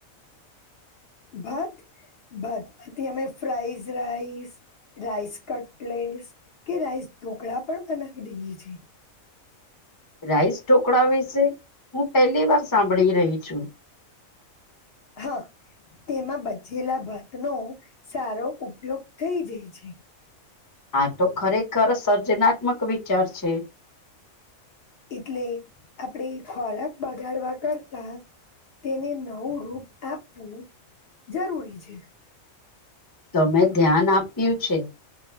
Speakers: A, on the left; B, on the left.
A: ભાત ભાત માંથી અમે ફ્રાઈઝ રાઈસ રાઈસ કટલેસ કે રાઈસ ઢોકળા પણ બનાવી દઈએ છે.
B: રાઈસ ઢોકળા વિશે હું પહેલી વાર સાંભળી રહી છું.
A: હા. તેમાં બચેલા ભાતનો સારો ઉપયોગ થઈ જાય છે.
B: આ તો ખરેખર સર્જનાત્મક વિચાર છે.
A: એટલે આપણે ખોરાક બગાડવા કરતા તેને નવું રૂપ આપવું જરૂરી છે.
B: તમે ધ્યાન આપ્યું છે